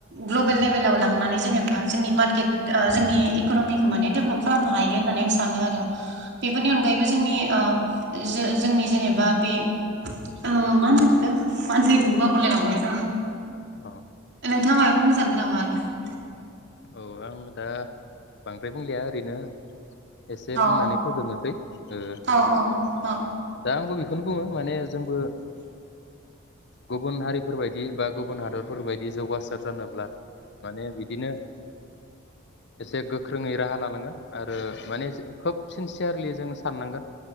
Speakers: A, on the right (about 55°); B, on the left (about 55°).
A: ग्लबेल लेभेलाव लांनानै जेनेबा जोंनि मार्केट जोंनि इकनमिखौ माने डेभलप खालामनो हायो होननानै आं सानो आरो। बेफोरनि अन जोंनि ओ जो-जोंनि जेनेबा बे ओ मा होनगोन इखो मा होन नागिरदोमोन बावगारलायलांबाय ज।
B: औ
A: नोंथाङा मायबा बुंसान्दों नामा? <inaudible>
B: औ आं दा बांद्राय बुंलिया ओरैनो एसे बुंनानै
A: अ
B: फोजोबनोसै ओ
A: औ औ औ
B: दा आंबो बेखौनो बुङो माने जोंबो गुबुन हारिफोरबायदि बा गुबुन हादरफोरबायादि जौगास- सार जानोब्ला माने बिदि एसे-एसे गोख्रोङै राहा लानांगोन। आरो माने खोब सिनसियारलि जोङो साननांगोन।